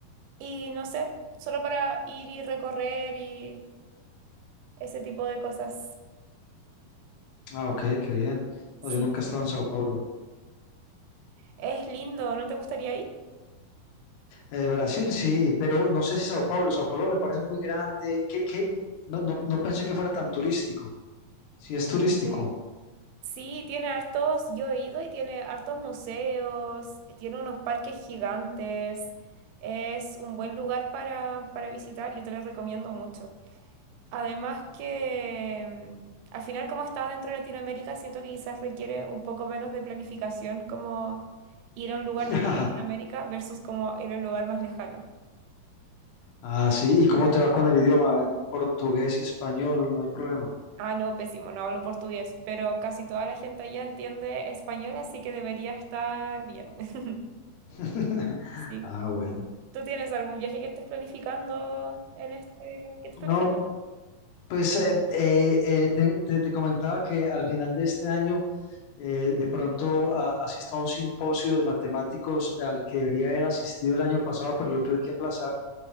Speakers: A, on the right; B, on the left.
A: y no sé, solo para ir y recorrer y Ese tipo de cosas.
B: Ah, ok, qué bien.
A: Sí.
B: No, yo nunca he estado en Sao Paulo.
A: Es lindo, ¿no te gustaría ir?
B: Eh, Brasil sí, pero no sé si Sao Paulo. Sao Paulo me parece muy grande. ¿Qué, qué? No, no, no pensé que fuera tan turístico. Sí, es turístico.
A: Eh, sí, tiene hartos, yo he ido y tiene hartos museos, tiene unos parques gigantes. Es un buen lugar para, para visitar, yo te lo recomiendo mucho. Además que mm, al final como está dentro de Latinoamérica, siento que quizás requiere un poco menos de planificación como ir a un lugar
B: <laughs>
A: de Latinoamérica versus como ir a un lugar más lejano.
B: Ah, sí. ¿Y cómo te va con el idioma? En portugués y español, no hay problema.
A: Ah, no, pésimo, no hablo portugués, pero casi toda la gente allá entiende español, así que debería estar bien. <laughs>
B: <laughs>
A: Sí.
B: Ah, bueno.
A: ¿Tú tienes algún viaje que estés planificando en este? ¿Qué estás planificando?
B: No, pues eh, eh, eh, te te- te comentaba que al final de este año eh, de pronto a, asista a un simposio de matemáticos al que debería haber asistido el año pasado, pero lo tuve que aplazar.